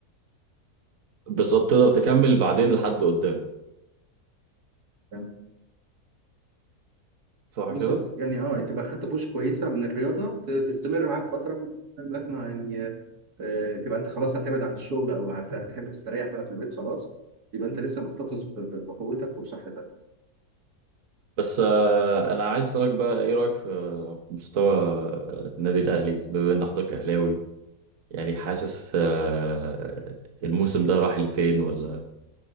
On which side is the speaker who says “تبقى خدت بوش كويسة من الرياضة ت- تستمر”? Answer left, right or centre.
Right